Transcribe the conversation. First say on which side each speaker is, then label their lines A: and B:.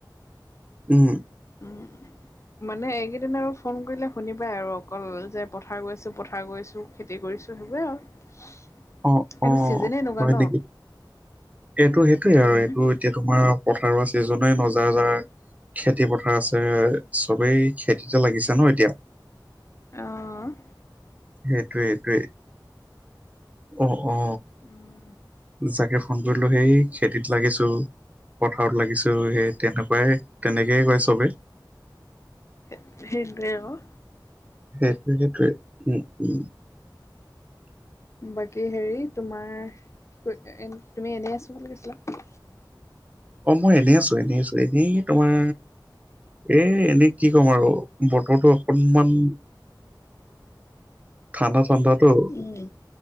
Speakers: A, on the right; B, on the left.
A: উম।
B: উম। মানে এইকেইদিন আৰু ফোন কৰিলে শুনিবাই আৰু অকল যে পথাৰ গৈছোঁ, পথাৰ গৈছোঁ। খেতি কৰিছো সেইবোৰে আৰু,
A: অ
B: এইটো
A: অ
B: চিজনে এনেকুৱা
A: হয়
B: ন।
A: নেকি এইটো সেইটোৱে
B: উম,
A: আৰু এইটো এতিয়া তোমাৰ পথাৰৰ ছিজনেই নজা যাৰ। খেতি পথাৰ আছে, চবেই খেতিতে লাগিছে ন এতিয়া।
B: অঁ।
A: সেইটোয়ে সেইটোয়ে অ অ।
B: উম,
A: যাকে ফোন কৰিলো সেই খেতিত লাগিছো। পথাৰত লাগিছো এই তেনেকুৱাই তেনেকেই কয় চবে।
B: এত সেইটোৱে অক।
A: সেইটোয়ে, সেইটয়ে উম উম।
B: বাকী হেৰি তোমাৰ, কি ক এ তুমি এনেই আছো বুলি কৈছিলা।
A: অ' মই এনে আছো এনে আছো এনেই তোমাৰ এ, এনে কি ক'ম আৰু বতৰটো অকনমান ঠাণ্ডা ঠাণ্ডাতো
B: উম।